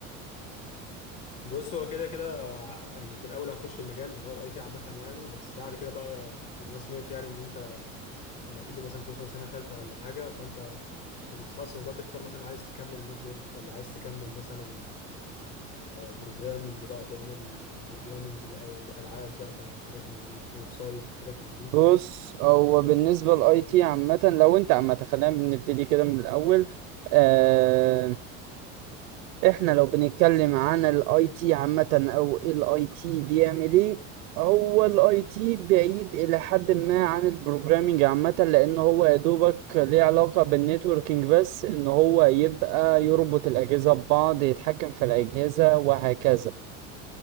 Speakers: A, on the left; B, on the right.
A: بص هو كده كده يعني في الأول هخش المجال اللي هو الأي تي عامة يعني بس بعد كده بقى أنا سمعت يعني إن أنت لما تيجي مثلا توصل سنة تالتة ولا حاجة فأنت بتتخصص بقى تختار مثلا عايز تكمل نتورك ولا عايز تكمل مثلا بروجرامنج بقى تعمل بروجرامنج للألعاب مثلا حاجات من دي ويب سايت حاجات من دي
B: بص هو بالنسبة للاي تي عامة لو انت عامة خلينا بنبتدي كده من الاول آه، احنا لو بنتكلم عن الاي تي عامة او الاي تي بيعمل ايه هو الاي تي بعيد الى حد ما عن البروجرامينج عامة لان هو يا دوبك ليه علاقة بالنتوركينج بس ان هو يبقى يربط الاجهزة ببعض يتحكم في الاجهزة وهكذا